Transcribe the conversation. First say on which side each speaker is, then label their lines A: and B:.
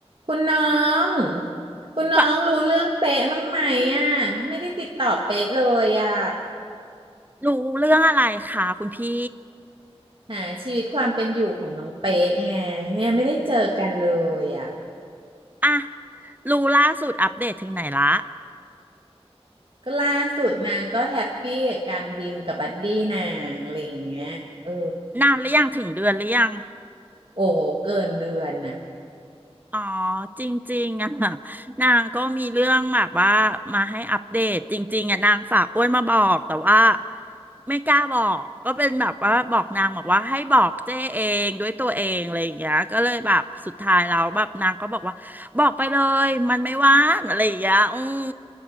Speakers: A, on the right; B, on the right.
A: คุณน้องคุณน้องรู้เรื่องเป๊ะมั้างไหมอ่ะไม่ได้ติดต่อเป๊ะเลยอ่ะ
B: ว่ารู้เรื่องอะไรคะคุณพี่
A: หาชีวิตความเป็นอยู่ของน้องเป๊ะไงเนี่ยไม่ได้เจอกันเลยอ่ะ
B: อ่ะรู้ล่าสุดอัปเดตถึงไหนละ
A: ก็ล่าสุดนางก็แฮปปี้กับการบินกับบัดดี้นางอะไรอย่างเงี้ยเออ
B: นานหรือยังถึงเดือนหรือยัง
A: โอ้โหเกินเดือนน่ะ
B: อ๋อจริงๆอ่ะ <laughs> นางก็มีเรื่องแบบว่ามาให้อัปเดตจริงๆอ่ะนางฝากอ้วนมาบอกแต่ว่าไม่กล้าบอกก็เป็นแบบว่าบอกนางบอกว่าให้บอกเจ้เองด้วยตัวเองอะไรอย่างเงี้ยก็เลยแบบสุดท้ายแล้วแบบนางก็บอกว่าบอกไปเลยมันไม่ว่างอะไรอย่างเงี้ยอืม